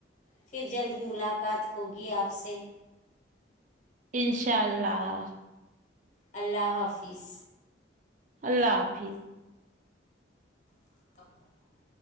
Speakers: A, on the left; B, on the right.
A: پھر جلد ملاقات ہوگی آپ سے
B: انشاء اللہ
A: اللہ حافظ
B: اللہ حافظ
A: <inaudible>